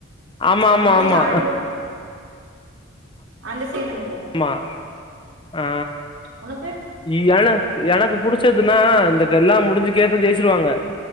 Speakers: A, on the left; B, on the right.
A: ஆமா ஆமா
B: அந்த பொண்ணு
A: ஆமா
B: அழுவ அந்த சீனு எனக்கு ரொம்
A: மா ஆ
B: உனக்கு
A: <unintelligible> எனக்கு புடிச்சதுன்னா இந்த கெல்லா முடிஞ்சு கேச ஜெயிச்சிருவாங்க